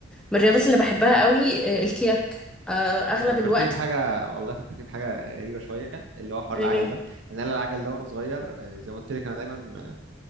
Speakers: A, in the centre; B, on the right.
A: من الرياضات اللي بحبها قوي آه، الكياك أه
B: انت
A: اغلب
B: فكرتني
A: الوقت
B: بحاجه والله فكرتني بحاجه غريبه شويه اللي هو حوار
A: اه
B: العجل ده ان انا العجل ده وانا صغير آه، زي ما قلت لك انا دايما آه،